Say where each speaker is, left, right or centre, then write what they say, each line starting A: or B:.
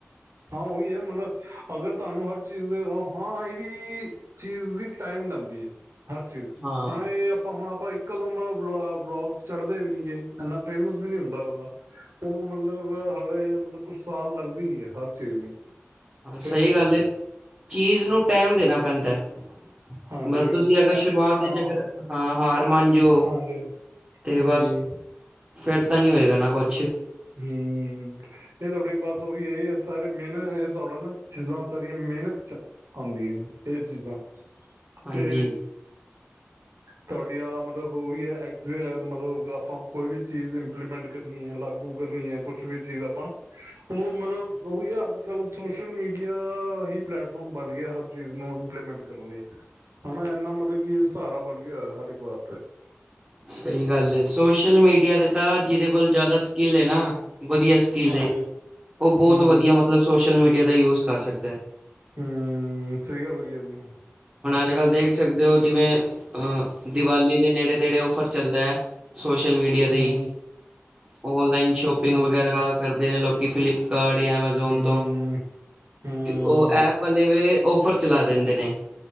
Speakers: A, on the right; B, on the right.
A: ਹਾਂ ਉਹੀ ਹੈ ਮਤਲਬ ਅਗਰ ਤੁਹਾਨੂੰ ਹਰ ਚੀਜ਼ ਹਾਂ ਇਹ ਵੀ ਚੀਜ਼ ਵੀ ਟਾਈਮ ਲਾਦੀ ਹੈ। ਹਰ ਚੀਜ਼
B: ਹਾਂ
A: ਹੁਣ ਇਹ ਆਪਾਂ ਹੁਣ ਆਪਾਂ ਵਲੋਗਸ ਚੜਦੇ ਵੀ ਨੀ ਜੇ, ਇਨਾ ਫੇਮਸ ਵੀ ਨੀ ਹੁੰਦਾ ਬੰਦਾ। ਉਹ ਮਤਲਬ ਹਾਲੇ ਮਤਲਬ ਕੁਛ ਸਾਲ ਲੱਗਦੀ ਹੈ ਹਰ ਚੀਜ਼ ਨੂੰ।
B: ਹਾਂ, ਸਹੀ
A: ਫੇਮਸ
B: ਗੱਲ
A: ਹੋਣ
B: ਏ।
A: ਤੇ
B: ਚੀਜ਼ ਨੂੰ ਟੈਮ ਦੇਣਾ ਪੈਂਦਾ।
A: ਹਾਂਜੀ
B: ਹੈ। ਬਸ ਤੁਸੀਂ
A: ਟੈਮ
B: ਅਗਰ ਸ਼ੁਰੂਆਤ
A: ਵੀ ਦੇਣਾ
B: ਵਿੱਚ
A: ਹਾਂ,
B: ਅਗਰ ਹਾਂ ਹਾਰ ਮੰਨ ਜਾਓ
A: ਹਾਂਜੀ। ਹਮ
B: ਤੇ ਬਸ ਫਿਰ ਤਾਂ ਨਹੀਂ ਹੋਏਗਾ ਨਾ ਕੁਝ
A: ਹਮ! ਇਹ ਤੁਹਾਡੀ ਬਸ ਹੋ ਵੀ ਇਹ ਸਾਰੇ ਮਿਹਨਤ ਇਹ ਤੁਹਾਡਾ ਨਾ ਚੀਜ਼ਾਂ ਸਾਰੀਆਂ ਮਿਹਨਤ ਚ ਆਉਂਦੀਆਂ ਨੇ ਇਹ ਚੀਜ਼ਾਂ
B: ਹਾਂਜੀ
A: <inaudible> ਤੁਹਾਡੀਆਂ ਮਤਲਬ ਉਹੀ ਹੈ ਮਤਲਬ ਆਪਾਂ ਕੋਈ ਵੀ ਚੀਜ਼ ਇੰਪਲੀਮੈਂਟ ਕਰ ਲਾਗੂ ਹੈ ਕੁਛ ਵੀ ਚੀਜ਼ ਆਪਾਂ ਉਹ ਮਤਲਬ ਉਹੀ ਆ ਅੱਜ -ਕੱਲ ਸੋਸ਼ਲ ਮੀਡੀਆ ਹੀ ਪਲੈਟਫਾਰਮ ਬਣ ਗਿਆ ਹਰ ਚੀਜ਼ ਨੂੰ ਇੰਪਲੀਮੈਂਟ ਕਰਨ ਲਈ। ਹਨਾ! ਇੰਨਾ ਮਤਲਬ ਕਿ ਸਹਾਰਾ ਬਣ ਗਿਆ ਹਰ ਇੱਕ ਵਾਸਤੇ
B: ਸਹੀ ਗੱਲ ਹੈ ਸੋਸ਼ਲ ਮੀਡੀਆ ਤੇ ਤਾਂ ਜਿਹਦੇ ਕੋਲ ਜ਼ਿਆਦਾ ਸਕਿੱਲ ਹੈ ਨਾ ਵਧੀਆ ਸਕਿੱਲ
A: ਹਾਂਜੀ
B: ਏ। ਉਹ ਬਹੁਤ
A: ਹੂੰ
B: ਵਧੀਆ ਮਤਲਬ ਸੋਸ਼ਲ ਮੀਡੀਆ ਦਾ ਯੂਜ ਕਰ ਸਕਦਾ ਹੈ।
A: ਹਮ! ਸਹੀ ਗੱਲ ਕਹਿ ਤੁਸੀਂ
B: ਅੱਜ- ਕੱਲ੍ਹ ਦੇਖ ਸਕਦੇ ਹੋ ਜਿਵੇਂ ਅਹ ਦੀਵਾਲੀ ਦੇ ਨੇੜੇ- ਤੇੜੇ ਔਫਰ ਚੱਲਦਾ ਹੈ। ਸੋਸ਼ਲ ਮੀਡੀਆ ਤੇ
A: ਹੂੰ
B: ਹੀ, ਔਨਲਾਈਨ ਸ਼ੋਪਿੰਗ
A: ਹਾਂਜੀ
B: ਵਗੈਰਾ ਕਰਦੇ ਨੇ ਲੋਕੀ, ਫਲਿੱਪ ਕਾਰ ਐਮਾਜ਼ੋਨ
A: ਹੂੰ
B: ਤੋਂ
A: ਹੂੰ
B: ਉਹ ਐਪ ਹਲੇ ਔਫਰ ਚਲਾ ਦਿੰਦੇ ਨੇ।